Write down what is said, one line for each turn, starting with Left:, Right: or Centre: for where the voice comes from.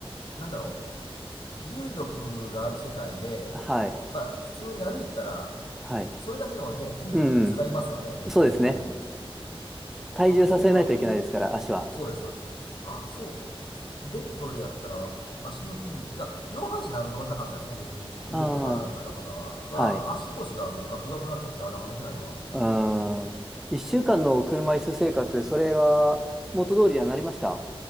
Left: なんだろう。重力がある世界で、やっ
Centre: はい。
Left: ぱ普通に歩いてたら、
Centre: はい。
Left: それだけのね、筋力使いますわね。
Centre: うん、うん。
Left: だって絶対に。
Centre: そうですね。体重させないといけないですから、
Left: あ、そうか。
Centre: 足は。
Left: そうです、そうです。あ、そうか。ベッドの上やったら、足の筋肉。いや、上半身なんのなかったんですね。別に腕とか肩とかは。
Centre: ああ、
Left: ただ、
Centre: はい。
Left: 足腰がもうガクガクになっちゃって、あれ歩けないわってなって。
Centre: うん。一週間の車椅子生活、それは元通りにはなりました